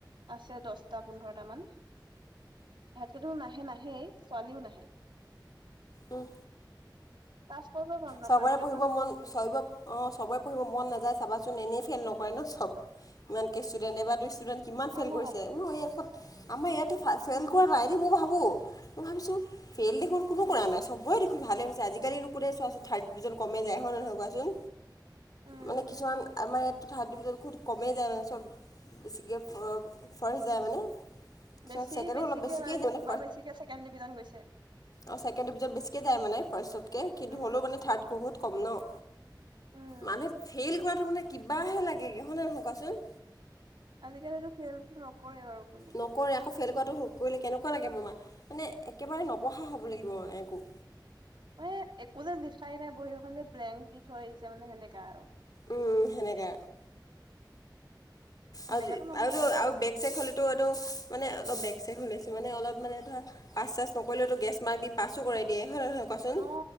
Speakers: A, on the right; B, on the left.
A: আছে দছটা পোন্ধৰটা মান ইহ নাহে নাহে ছোৱালীও নাহে।
B: উম',
A: ক্লাছ কৰিব মন নকৰে
B: চবাৰে
A: কিয়
B: পঢ়িব
A: বা
B: মন চাবিব। অ', চবেই পঢ়িব মন নাযায় চাবাচোন এনেই ফেইল নকৰে ন চব, ইমানকে ষ্টুডেণ্টে বা ত ষ্টুডেণ্ট কিমান
A: অহ
B: ফেইল কৰিছে মই এইডোত আমাৰ ইয়াতে ফেইল
A: উম
B: কৰা নাই দ মই ভাবোঁ। ই ভাবিছো ফেইল দেখোন কোনো।
A: উম
B: কৰা নাই চবৰে ভালেই হৈছে আজিকালিো চোৱাচোন থাৰ্ড ডিভিজন কমে যায় হয় নহয় কোৱাচোন।
A: উম
B: মানে কিছুমান আমাৰ ইয়াত। থাৰ্ড ডিজনত খু কমেই যায় মানে চব, বেছিকে ফৰেচ যায় মানে।
A: বেছি
B: তাৰপিছত ছেকেণ্ডো
A: বেছিকে
B: অলপ বেছিকৈ যায় মানে
A: কিবা বেছিকে ছেকেণ্ড ডিভিজন গৈছে।
B: অ', ছেকেণ্ড ডিভিজন বেছিকৈায় মানে ফাৰ্ষ্তকৈ কিন্তু
A: উম
B: হ'লেওানোৰড বহুত কম ন।
A: উম
B: মানুহে ফেইল কৰাটো মানে কিবাহে লাগেগে হনে নহয় কোৱাচোন।
A: আজিকালিটো ফে'ল নকৰে বাৰু কোনো।
B: নকৰে আকৌ ফেইল কৰাটো কৰিলে কেনেকুৱা লাগে মোৰ মা মানে একেবাৰে নপঢ়া হ'ব লাগিব মানে একো।
A: ম, একো যেন লিখাই নাই বহী এখন যে ব্লেংক দি থৈ আহিছে মানে সেনেকা আৰু।
B: উম', সেনেকে।
A: সেনেকাতো
B: আৰু
A: নহয়
B: আৰুটো
A: বাৰু
B: আৰু বেক চেগ হ'লে এইটো মানে বেগ চে হলে। কিছমান অলপ মানে ধৰা পাছ চাছ নকৰিলেওতো গেছ মাৰ্ক পছো কৰাই দিয়ে হয় নহয়। কোৱাচোন
A: অ',